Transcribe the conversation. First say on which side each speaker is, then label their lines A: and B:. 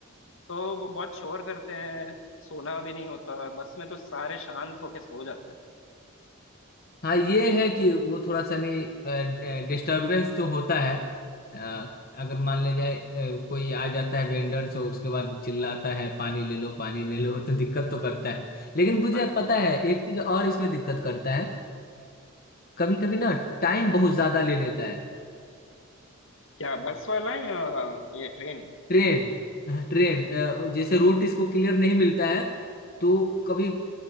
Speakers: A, on the left (about 65°); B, on the left (about 45°).
A: तो वो बहुत शोर करते हैं सोना भी नहीं होता बस में तो सारे शांत होके सो जाते हैं
B: हाँ ये है कि वो थोड़ा सा नहीं डिस्टरबेंस तो होता है अ, अगर मान ले जाए अ, कोई आ जाता है वेंडर से उसके बाद चिल्लाता है पानी ले लो पानी ले लो तो दिक्कत तो करता है लेकिन मुझे
A: हाँ
B: पता है एक चीज और इसमें दिक्कत करता है कभी कभी ना टाइम बहुत ज्यादा ले लेता है
A: क्या बस वाला है या ये ट्रेन
B: ट्रेन हाँ, ट्रेन अ, जैसे रूट इसको क्लियर नहीं मिलता है तो कभी